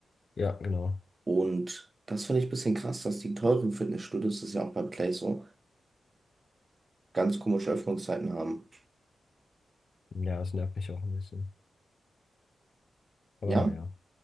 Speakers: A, on the left; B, on the right.
A: ja, genau.
B: Und das finde ich ein bisschen krass, dass die teuren Fitnessstudios, das ist ja auch beim Play so, ganz komische Öffnungszeiten haben.
A: Ja, es nervt mich auch ein bisschen. Aber
B: Ja?
A: naja.